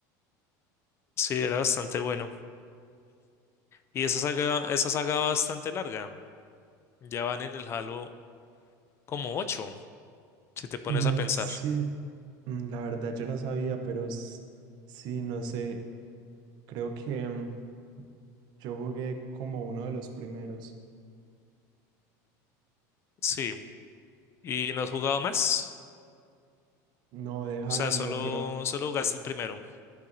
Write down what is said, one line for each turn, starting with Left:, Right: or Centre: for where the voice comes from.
Left: <laughs> sí, era bastante bueno. Y esa saga, esa saga va bastante larga. Ya van en el Halo como ocho, si te pones
Right: Mm,
Left: a pensar.
Right: sí, mm, la verdad yo no sabía, pero s- sí, no sé, creo que mm, yo jugué como uno de los primeros.
Left: Sí. ¿Y no has jugado más?
Right: No de Halo,
Left: O sea, solo,
Right: no, pero...
Left: solo jugaste el primero.